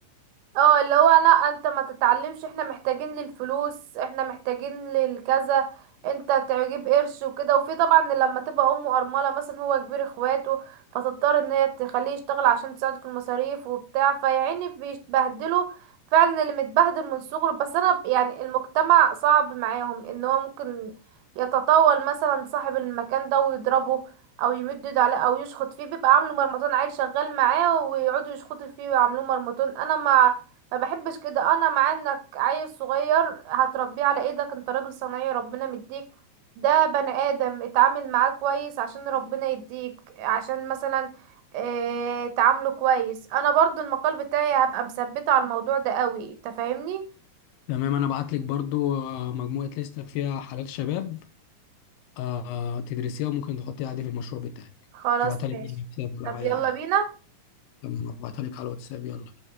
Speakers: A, on the right; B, on the left.
A: اه اللي هو انا انت ما تتعلمش احنا محتاجين للفلوس احنا محتاجين للكذا انت تجيب قرش وكده وفي طبعا لما تبقى امه ارمله مثلا هو كبير اخواته فتضطر ان هي تخليه يشتغل عشان تساعده في المصاريف وبتاع فيعني بيتبهدلوا فعلا اللي متبهدل من صغره بس انا ب- يعني المجتمع صعب معاهم ان هو ممكن يتطاول مثلا صاحب المكان ده ويضربه او يمد ايده عليه او يشخط فيه بيبقى عامله مرمطون عيل شغال معاه ويقعدوا يشخطوا فيه ويعملوه مرمطون انا ما ما بحبش كده انا مع انك عيل صغير هتربيه على ايدك انت راجل صنايعي ربنا مديك ده بني ادم اتعامل معاه كويس عشان ربنا يديك عشان مثلا اه تعامله كويس انا برضو المقال بتاعي هبقى مثبته على الموضوع ده قوي تفهمني
B: تمام انا بعت لك برضو آه، مجموعه لسته فيها حالات شباب آه تدرسيها وممكن تحطيها عادي في المشروع بتاعك
A: خلاص
B: ابعتها لك
A: ماشي
B: يعني بسبب-
A: طب
B: آه،
A: يلا بينا
B: لما ابعتها لك على الواتساب يلا